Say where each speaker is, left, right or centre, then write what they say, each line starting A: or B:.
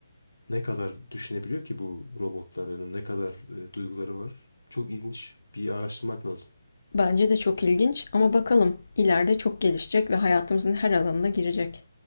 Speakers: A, on the left (about 80°); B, on the left (about 60°).
A: Ne kadar düşünebiliyor ki bu robotlar yani ne kadar e, duyguları var? Çok ilginç bir araştırmak lazım.
B: Bence de çok ilginç ama bakalım ileride çok gelişecek ve hayatımızın her alanına girecek.